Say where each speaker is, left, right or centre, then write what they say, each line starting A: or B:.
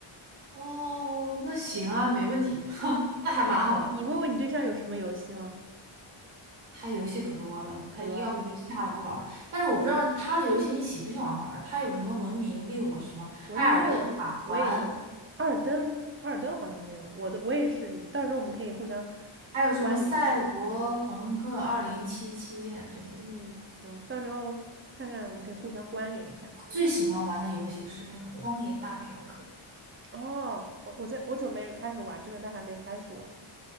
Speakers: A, on the right; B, on the right.
A: 哦，那行啊，没问题，<laughs> 那还蛮好。
B: 你问问你对象有什么游戏吗？
A: 他游戏可多了，
B: 可多啦，
A: 他要么就下了不玩儿。但是我不知道他的游戏你喜不喜欢玩儿。它有什么《文明六》什么《艾尔登法环》，
B: 文明六我也有，二登二登好像没有，我的我也是，你到时候我们可以互相
A: 还有什么《赛博朋克二零七七这些。
B: 关联一下。嗯，行，到时候看看我们可以互相关联一下。
A: 最喜欢玩的游戏是那个《荒野大嫖客》。
B: 哦，我我在我准备开始玩这个，但还没开始玩。